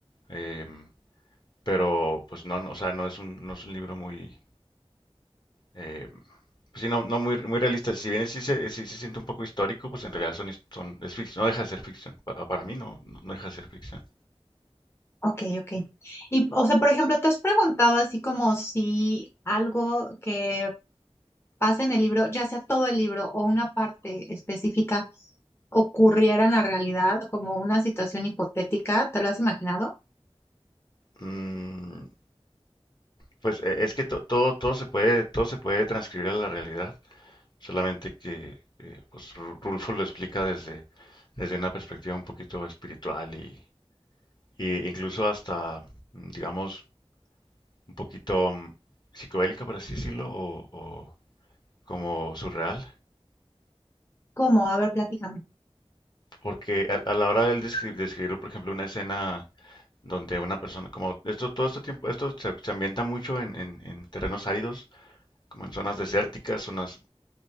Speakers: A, on the left; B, on the left.
A: Em, pero pues no, no, o sea, no es un, no es un libro muy, eh, pues sí, no, no muy, muy realista. Si bien sí se, sí se siente un poco histórico, pues en realidad son, his- son, es ficción, no deja de ser ficción. Pa- Para, mí no, no no deja de ser ficción.
B: Ok, ok. Y, o sea, por ejemplo, ¿te has preguntado así como si algo que pasa en el libro, ya sea todo el libro o una parte específica, ocurriera en la realidad, como una situación hipotética? ¿Te lo has imaginado?
A: Mm, pues eh, es que to- todo, todo se puede, todo se puede transcribir a la realidad, solamente que eh, pues, Ru- Rulfo lo explica desde, desde una perspectiva un poquito espiritual y, e incluso hasta, mm, digamos, un poquito mm, psicodélica, por así decirlo, o, o como surreal.
B: ¿Cómo? A ver, platícame.
A: Porque a, a la hora del descri- describir, por ejemplo, una escena donde una persona, como esto, todo este tiempo, esto se, se ambienta mucho en, en- en terrenos áridos, como en zonas desérticas, zonas